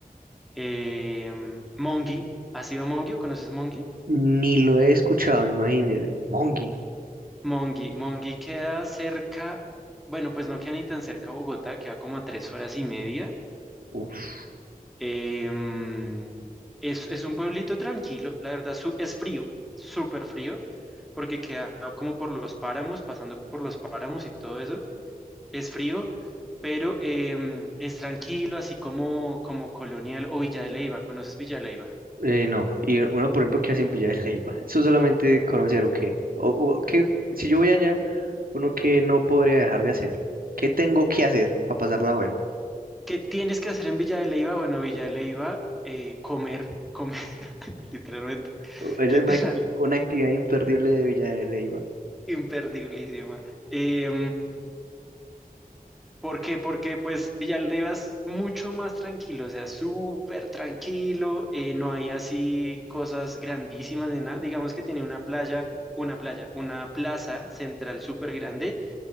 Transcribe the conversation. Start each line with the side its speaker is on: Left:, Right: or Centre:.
Centre: eh, Monguí. ¿Has ido a Monguí o conoces Monguí?
Right: Ni lo he escuchado, imagínese. Mongi.
Centre: Monguí. Monguí queda cerca, bueno, pues no queda ni tan cerca a Bogotá, queda como a tres horas y media.
Right: Uf,
Centre: Em, es, es un pueblito tranquilo, la verdad su- es frío, súper frío, porque queda como por los páramos, pasando por los páramos y todo eso. Es frío, pero em, es tranquilo, así como, como colonial o Villa de Leiva. ¿Conoces Villa de Leiva?
Right: Eh, no, y uno, por ejemplo, que hace en Villa de Leyva? Eso solamente conocer o qué. O, o qué, si yo voy allá, uno que no podría dejar de hacer. ¿Qué tengo que hacer para pasarla bueno?
Centre: ¿Qué tienes que hacer en Villa de Leiva? Bueno, Villa de Leiva, eh, comer, comer, <laughs> literalmente,
Right: O- Esa
Centre: literal,
Right: es una, una actividad imperdible de Villa de Leyva.
Centre: Imperdiblísima. Eh, ¿por qué? Porque pues Villalba es mucho más tranquilo, o sea, súper tranquilo, eh, no hay así cosas grandísimas ni nada. Digamos que tiene una playa, una playa, una plaza central súper grande